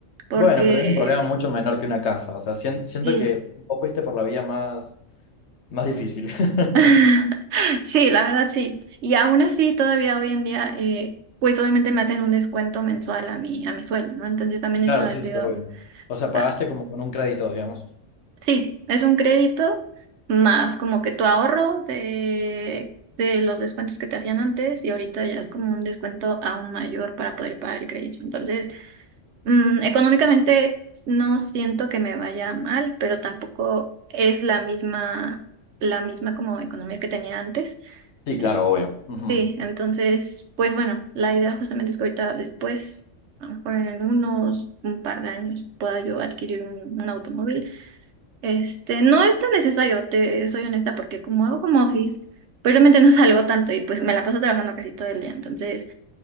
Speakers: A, on the right; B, on the left.
A: porque
B: Bueno, pero es un problema mucho menor que una casa, o sea, sien- siento
A: sí.
B: que vos fuiste por la vía más, más difícil.
A: <laughs>
B: <laughs>
A: Sí, la verdad sí. Y aún así, todavía hoy en día, eh, pues obviamente me hacen un descuento mensual a mi, a mi sueldo, ¿no? Entonces también
B: Claro,
A: eso ha
B: sí,
A: sido,
B: sí, obvio. O sea, pagaste
A: ah,
B: como con un crédito, digamos.
A: sí, es un crédito más como que tu ahorro de, de los descuentos que te hacían antes y ahorita ya es como un descuento aún mayor para poder pagar el crédito. Entonces... Mm, económicamente no siento que me vaya mal, pero tampoco es la misma, la misma como economía que tenía antes.
B: Sí,
A: En-
B: claro, obvio. Ujú.
A: sí, entonces, pues bueno, la idea justamente es que ahorita después, a lo mejor en unos un par de años, pueda yo adquirir un, un automóvil. Este, no es tan necesario, te soy honesta, porque como hago home office, pues realmente no salgo tanto y pues me la paso trabajando casi todo el día. Entonces,